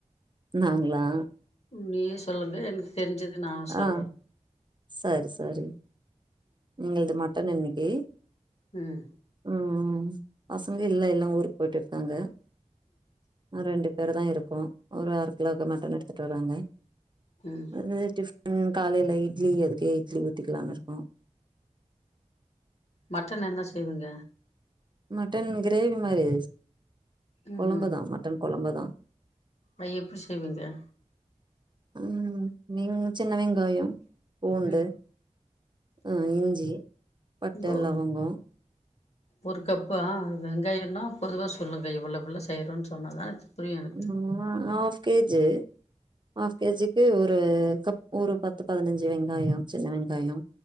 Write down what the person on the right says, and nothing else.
நாங்ளா
ஆ சரி சரி எங்கள்து மட்டன் இன்னைக்கி
ம் பசங்க இல்ல எல்லா ஊருக்கு போயிட்டு இருக்காங்க அ ரெண்டு பேரு தா இருக்கோ ஒரு அர கிலோக்கு மட்டன் எடுத்துட்டு வருவாங்க
அ டிஃபன் காலையில இட்லி அதுக்கே இட்லி ஊத்திக்கலானு இருக்கோ
மட்டன் கிரேவி மாரி
கொழம்புதா மட்டன் கொழம்புதா
ம் நி மு சின்ன வெங்காய பூண்டு
ஆ இஞ்சி பட்ட
லவங்கொ
<unintelligible> ஹாஃப் கேஜ்ஜு ஹாஃப் கேஜிக்கு ஒரு கப் ஒரு பத்து பதினஞ்சு வெங்காய சின்ன வெங்காயோ